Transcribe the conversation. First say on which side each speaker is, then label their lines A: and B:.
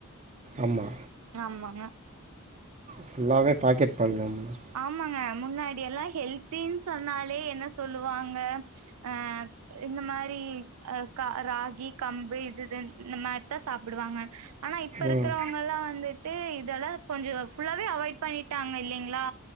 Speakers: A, on the right; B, on the right.
A: ஆமா
B: ஆமாங்க
A: ஃபுல்லாவே பக்கெட் பால் தா மேம்
B: ஆமாங்க முன்னாடி எல்லாம் ஹெல்தின்னு சொன்னாலே என்ன சொல்லுவாங்க அ இந்த மாரி அ ராகி கம்பு இதுதான் இந்த மாரிதா சாப்டுவாங்க ஆனா இப்ப இருக்கிறவங்க
A: ம்
B: எல்லாம் வந்துட்டு இதெல்லா கொஞ்சோ ஃபுல்லாவே அவாய்ட் பண்ணிட்டாங்க இல்லைங்ளா